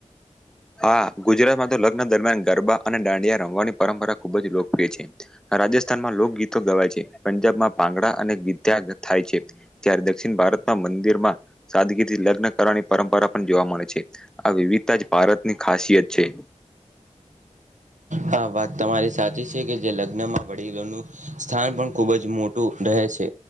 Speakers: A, in the centre; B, on the right (about 80°).
A: હા ગુજરાતમાં તો દરમિયાન ગરબા અને દાંડિયા રમવાની પરંપરા ખુબ જ લોકપ્રિય છે રાજસ્થાનમાં લોકગીત ગવાય છે, પંજાબમાં ભાગડા અને ગીથયા થાય છે જ્યારે દક્ષિણ ભારતમાં મંદિરમાં સાદગીરીથી લગ્ન કરવાની પરંપરા પણ જોવા મળે છે આ વિવિધતા જ ભારતની ખાસિયત છે.
B: હા વાત તમારી સાચી છે કે જે લગ વડીલોનું સ્થાન પણ ખુબ જ મોટું રહે છે